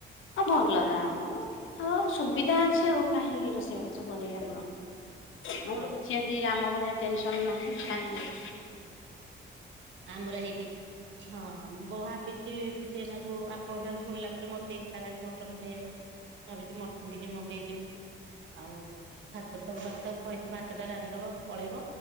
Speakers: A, on the left; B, on the right.
A: ଆ ହଉ ଭଲ ଯା ହଉ ହଉ ସୁବିଧା ଅଛି ଆଉ କାହିଁକି ରୋଷେଇବାସ କରିବା ଆମ।
B: ହଁ
A: ମୋର
B: ଆଉ
A: କିଛି ଆଜି ରାମ ଭଳିଆ ଟେନସନ ନାହିଁ କାମ
B: ଆମର ହେଇଟି ହଁ ମୁଁ ପା ଭାବିଛି ଟିକେନାକୁ ଆପଣଙ୍କ ଠାରୁ ଶୁଣିଲା ପରେ ମତେ ଇଚ୍ଛା ହେଲାଣି ମଟନ ଖାଇଆକୁ। ଭାବିଚି ମଟନ ଟିକେ ମଗେଇଦେବି ଆଉ ଭାତ ତ ଘରେ ତ କହିଚି ଭାତ ତା ରାନ୍ଧିବ ପଳେଇବ